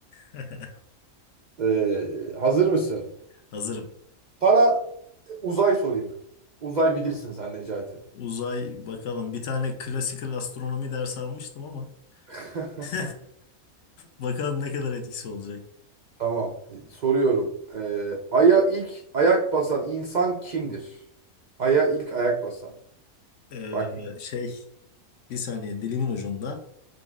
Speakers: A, on the left; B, on the right.
A: <laughs>
B: Ee, hazır mısın?
A: Hazırım.
B: Sana uzay sorayım. Uzay bilirsin sen Necati.
A: Uzay bakalım. Bir tane klasikal astronomi dersi almıştım ama.
B: <laughs>
A: <laughs> Bakalım ne kadar etkisi olacak.
B: Tamam. Soruyorum. Ee, Ay'a ilk ayak basan insan kimdir? Ay'a ilk ayak basan.
A: Ee,
B: Bak
A: şey bir saniye dilimin ucunda.